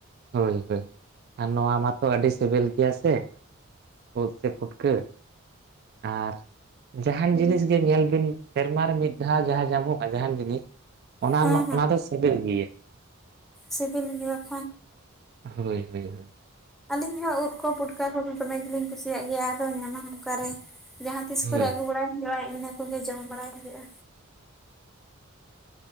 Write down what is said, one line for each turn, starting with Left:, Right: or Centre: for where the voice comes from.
Right: ᱦᱳᱭ ᱦᱳᱭ ᱟᱨ ᱱᱚᱣᱟ ᱢᱟᱛᱚ ᱟᱹᱰᱤ ᱥᱤᱵᱤᱞ ᱜᱮᱭᱟ ᱥᱮ ᱩᱫ ᱥᱮ ᱯᱩᱴᱠᱟᱹ ᱟᱨ ᱡᱟᱦᱟᱱ ᱡᱤᱱᱤᱥ ᱜᱮ ᱧᱮᱞ ᱵᱤᱱ ᱥᱮᱨᱢᱟ ᱨᱮ ᱢᱤᱫ ᱫᱷᱟᱣ ᱡᱟᱦᱟᱸ ᱧᱟᱢᱚᱜᱼᱟ ᱡᱟᱦᱟᱱ ᱡᱤᱱᱤᱥ ᱚᱱᱟ
Centre: ᱦᱮᱸ
Right: ᱢᱟ
Centre: ᱦᱮᱸ
Right: ᱚᱱᱟ ᱫᱚ ᱥᱤᱵᱤᱞ ᱜᱮᱭᱟ
Centre: ᱥᱤᱵᱤᱞ <inaudible>
Right: ᱦᱳᱭ ᱦᱳᱭ ᱦᱳᱭ
Centre: ᱟᱹᱞᱤᱧ ᱦᱚᱸ ᱩᱫ ᱠᱚ ᱯᱩᱴᱠᱟ ᱠᱚ ᱫᱚᱢᱮ ᱜᱮᱞᱤᱧ ᱠᱩᱥᱤᱭᱟᱜ ᱜᱮᱭᱟ ᱟᱫᱚ ᱧᱟᱢᱟᱢ ᱚᱠᱟᱨᱮ ᱡᱟᱦᱟᱸ ᱛᱤᱥ ᱠᱚᱨᱮ
Right: ᱦᱳᱭ
Centre: ᱟᱹᱜᱩ ᱵᱟᱲᱟᱭ ᱦᱩᱭᱩᱜᱼᱟ ᱤᱱᱟᱹ ᱠᱚᱜᱮ ᱡᱚᱢ ᱵᱟᱲᱟᱭ ᱦᱩᱭᱩᱜᱼᱟ᱾